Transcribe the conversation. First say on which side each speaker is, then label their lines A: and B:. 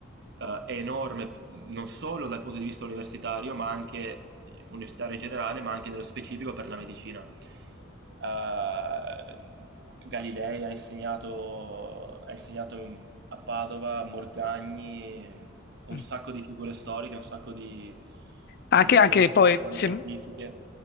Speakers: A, on the right (about 55°); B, on the left (about 50°).
A: ehm, enorme, non solo dal punto di vista universitario, ma anche universitario in generale, ma anche nello specifico per la medicina. Ehm, Galilei ha insegnato ha insegnato, mhmm, a Padova, Morgagni, un
B: Mm.
A: sacco di figure storiche, un sacco di
B: Anche,
A: di
B: anche
A: rivoluzioni
B: poi, se,
A: scientifiche.